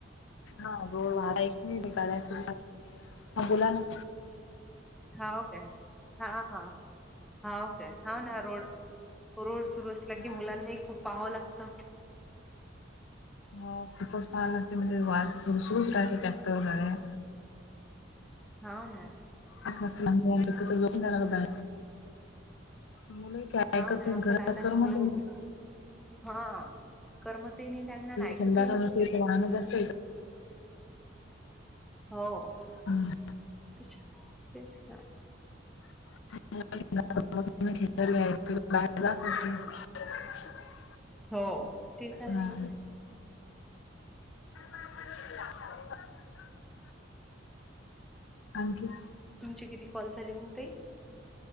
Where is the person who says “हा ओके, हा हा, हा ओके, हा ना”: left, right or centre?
Centre